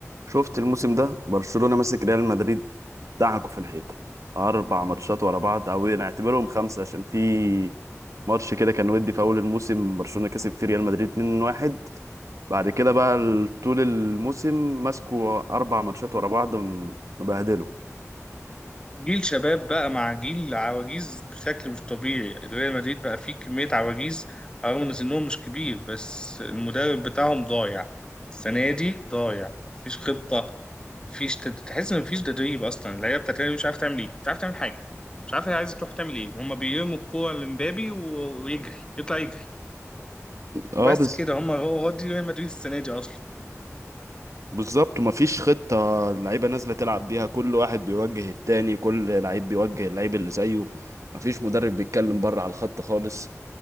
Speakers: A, on the right; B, on the left.
A: شفت الموسم ده برشلونة ماسك ريال مدريد دعكوا في الحيطة أربع ماتشات ورا بعض أو نعتبرهم خمسة عشان في ماتش كده كان ودي في أول الموسم برشلونة كسب فيه ريال مدريد 2-1 بعد كده بقى ال- طول الموسم ماسكوا أربع ماتشات ورا بعض م- مبهدلوا
B: جيل شباب بقى مع جيل عواجيز بشكل مش طبيعي ريال مدريد بقى فيه كمية عواجيز رغم ان سنهم مش كبير بس المدرب بتاعهم ضايع السنة دي ضايع مفيش خطة مفيش تد- تحس ان مفيش تدريب اصلا اللعيبة بتاعت الريال مش عارف تعمل ايه مش عارف تعمل حاجة مش عارف هي عايزة تروح تعمل ايه هما بيرموا الكورة لمبابي و- ويجري يطلع يجري
A: اه
B: وبس
A: بس
B: كده هما هو هو دي ريال مدريد السنة دي اصلا
A: بالظبط ومفيش خطة اللعيبة نازلة تلعب بيها كل واحد بيوجه التاني كل لعيب بيوجه اللعيب اللي زيه مفيش مدرب بيتكلم بره على الخط خالص